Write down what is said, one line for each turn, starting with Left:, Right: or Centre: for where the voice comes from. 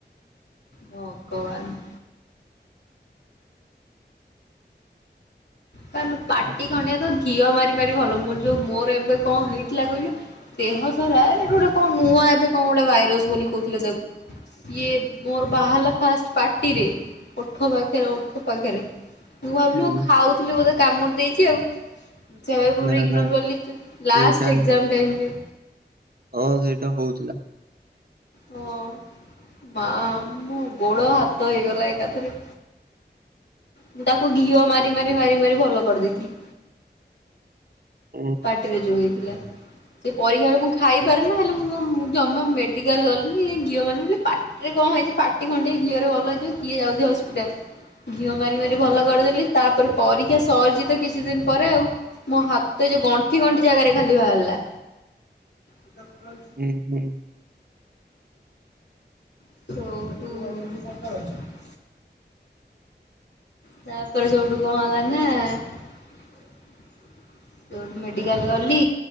Left: ଭଗବାନ। କାରଣ ପାଟି
Right: ତ-
Left: ଖଣ୍ଡିଆ ତ ଘିଅ ମାରି ମାରି ଭଲ ମୋର ଯୋଉ ମୋର ଏବେ କଣ ହେଇଥିଲା କହିଲୁ ଦେହ ସାରା ଏବେ ଗୋଟେ କଣ ନୂଆ ଏବେ କଣ ଗୋଟେ ଭାଇରସ ବୋଲି କହୁଥିଲେ ତାକୁ ସିଏ ମୋର ବାହାରଲା ଫାଷ୍ଟ ପାର୍ଟିରେ ଓଠ ପାଖରେ ଓଠ ପାଖରେ ମୁଁ ଭାବିଲି
Right: ହୁଁ
Left: ମୁ ଖାଉଥିଲି ବୋଧେ କାମୁଡି ଦେଇଚି ଆଉ। ସେୟା ଭାବି
Right: ନା
Left: ଇଗନୋର
Right: ନା
Left: କରିଲିଚି ଲାଷ୍ଟ
Right: ସେଇଟା
Left: ଏଜ ଟାଇ ରେ।
Right: ହଁ ସେଇଟା ହଉଥିଲା।
Left: ହଁ ମା ମ ଗୋଡ଼ ହାତ ହେଇଗଲା ଏକାଥରେ। ମୁଁ ତାକୁ ଘିଅ ମାରି ମାରି ମାରି ମାରି ଭଲ କରିଦେଇଥିଲି।
Right: ଉଁ
Left: ପାଟିରେ ଯୋଉ ହେଇଥିଲା। ସେ ପରୀକ୍ଷା ବେଳେ ମୁଁ ଖାଇପାରେ ନ ହେଲେ ମୁଁ ଜମା ମେଡିକାଲ ଗଲିଣିି ଘିଅ ମାନେ ବୋଲି ପା ଏ କଣ ହେଇଚି ପାଟି ଖଣ୍ଡି ଘିଅରେ ଭଲ ହେଇଯିବ କିଏ ଯାଉଚି ହସ୍ପିଟାଲ ଘିଅ ମାରି ମାରି ଭଲ କରିଦେଲି ତାପରେ ପରୀକ୍ଷା ସରିଚି ତ କିଛି ଦିନ ପରେ ଆଉ ମୋ ହାତ ଏ ଯୋଉ ଗଣ୍ଠି ଗଣ୍ଠି ଜାଗାରେ ଖାଲି ବାହାରିଲା। <inaudible>
Right: ହୁଁ ହୁଁ।
Left: ସ <unintelligible> ତାପରେ ସେଉଠୁ କଣଲା ନା ସେଉଠୁ ମେଡିକାଲ ଗଲି